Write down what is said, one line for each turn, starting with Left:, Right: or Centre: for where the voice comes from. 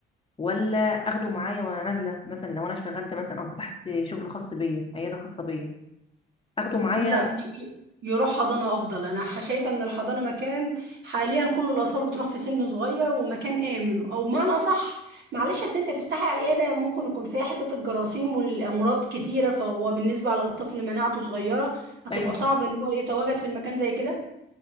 Left: ولا اخده معايا وانا نازله مثلا لو انا اشتغلت مثلا او فتحت شغل خاص بيا عياده خاصه بيا اخده معايا
Right: لا ي- ي- يروح حضانة أفضل أنا ح- شايفة إن الحضانة مكان حاليا كل الأطفال بتروح في سن صغير ومكان آمن أو بمعنى أصح معلش أصل أنت تفتحي عيادة ممكن يكون فيها حتة الجراثيم والأمراض كتيرة فهو بالنسبة على طفل مناعته صغيرة هتبقى
Left: ايوه
Right: صعب إن هو يتواجد في المكان زي كده